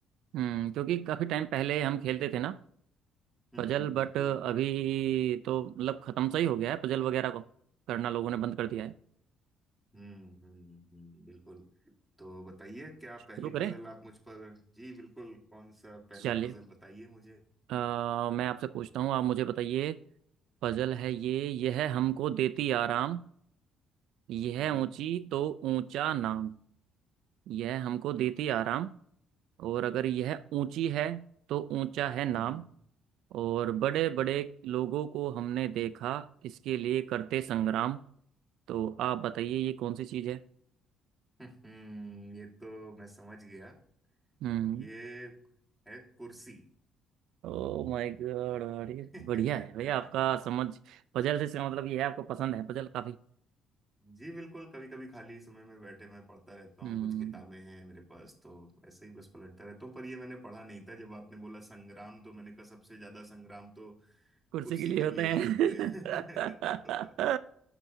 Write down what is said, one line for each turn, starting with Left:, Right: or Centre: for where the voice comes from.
Right: हम्म क्योंकि काफ़ी टाइम पहले हम खेलते थे ना
Centre: हम्म
Right: पजल
Centre: हम्म बिल्कुल
Right: बट अभी तो मतलब ख़त्म सा ही हो गया है पजल वगैरह को करना लोगों ने बंद कर दिया है
Centre: हम्म हम्म हम्म, बिल्कुल तो बताइए क्या
Right: शुरू
Centre: पहली
Right: करें
Centre: पजल आप मुझ पर जी बिल्कुल कौन सा पहला
Right: चलिए
Centre: पजल बताइए मुझे
Right: अ, मैं आपसे पूछता हूँ आप मुझे बताइए पजल है ये यह हमको देती आराम यह
Centre: हम्म
Right: ऊंची तो ऊंचा नाम यह हमको देती आराम और अगर यह ऊंची है तो ऊंचा है नाम
Centre: हम्म
Right: और बड़े बड़े लोगों को हमने देखा इसके लिए करते संग्राम तो आप बताइए ये कौन सी चीज है
Centre: <laughs> हम्म, ये तो मैं समझ गया
Right: हम्म
Centre: ये है कुर्सी
Right: Oh my god अरे
Centre: <laughs>
Right: बढ़िया है भैया आपका समझ पजल से इसका मतलब ये है आपको पसंद है पजल काफी
Centre: जी बिल्कुल कभी कभी खाली समय में बैठे मैं पढ़ता रहता हूँ
Right: हम्म
Centre: कुछ किताबें हैं मेरे पास तो ऐसे ही बस पलटता रहता हूँ पर ये मैंने पढ़ा नहीं था जब आपने बोला संग्राम तो मैंने कहा सबसे ज्यादा संग्राम तो
Right: कुर्सी
Centre: कुर्सी
Right: के लिए
Centre: के
Right: होते
Centre: लिए
Right: हैं
Centre: ही होते
Right: <laughs>
Centre: हैं <laughs> तो